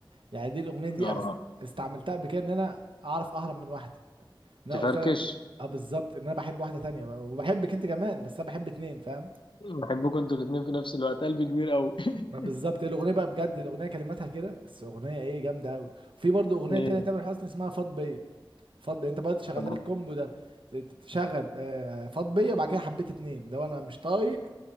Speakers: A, on the right (about 80°); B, on the left (about 75°).
A: يعني دي الاغنيه دي
B: اه
A: انا است- استعملتها قبل كده ان انا اعرف اهرب من واحده إن
B: تفركش
A: انا قلت لها اه بالظبط ان انا بحب واحده تانية بقى وبحبك انت كمان بس انا بحب اتنين فاهم
B: بحبكم انتوا الاتنين في نفس الوقت قلبي كبير قوي <laughs>
A: بقى بالظبط الاغنيه بقى بجد الاغنيه كلماتها كده بس اغنيه ايه جامده قوي وفي برضو اغنيه
B: ايه
A: تانية تامر حسني اسمها فاض بيا فاض بيا، انت برضه تشغل
B: طب
A: لها الكومبو ده ت- ت- تشغل آه، فاض بيا وبعد كده حبيت اتنين لو انا مش طايق